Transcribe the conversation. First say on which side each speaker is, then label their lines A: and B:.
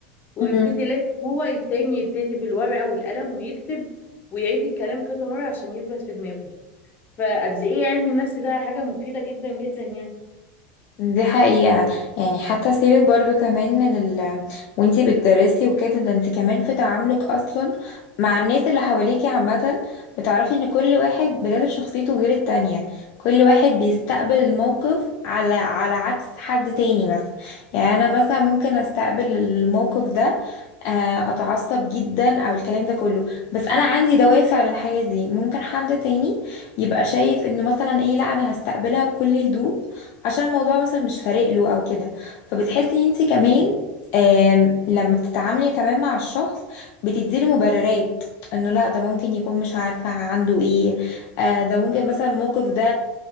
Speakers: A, on the left (about 30°); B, on the left (about 50°).
A: ويبتدي
B: امم.
A: لازم هو التاني يبتدي بالورقة والقلم ويكتب ويعيد الكلام كذا مرة عشان يثبت في دماغه فقد ايه علم النفس ده حاجة مفيدة جدا جدا يعني
B: دي حقيقة يعني حتى سيبك برضو كمان من ال وانتي بتدرسي وكده ده انتي كمان في تعاملك اصلا مع الناس اللي حواليكي عامة بتعرفي ان كل واحد بجد شخصيته غير التانية كل واحد بيستقبل الموقف على على عكس حد تاني مثلا يعني انا مثلا ممكن استقبل الموقف ده آه، اتعصب جدا او الكلام ده كله بس انا عندي دوافع للحاجة دي ممكن حد تاني يبقى شايف انه مثلا ايه لا انا هستقبلها بكل هدوء عشان الموضوع مثلا مش فارق له او كده فبتحسي انت كمان آم، لما بتتعاملي كمان مع الشخص بتديله مبررات انه لا ده ممكن يكون مش عارفة عنده ايه آه ده ممكن مثلا الموقف ده